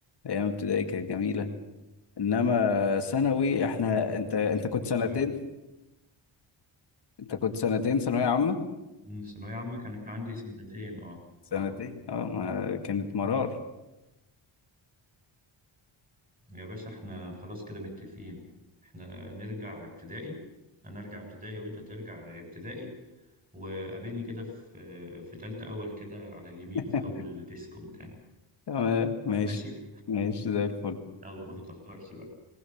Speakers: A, on the left (about 55°); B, on the right (about 20°).
A: أيام ابتدائي كانت جميلة إنما ثانوي إحنا أنت أنت
B: يا
A: كنت
B: باشا
A: سنتين أنت كنت سنتين ثانوية عامة
B: مم، الثانويه عامه كانت عندي سنتين اه
A: سنتين
B: اه
A: أه ما- كانت مرار
B: يا باشا احنا خلاص كده متفقين احنا نرجع ابتدائي انا ارجع ابتدائي وانت ترجع ابتدائي وقابلني كده في في تالتة اول كده على اليمين
A: <laughs>
B: في اول ديسك قدام
A: تمام ماشي
B: ماشي
A: ماشي زي الفل
B: يلا ما تتأخرش بقى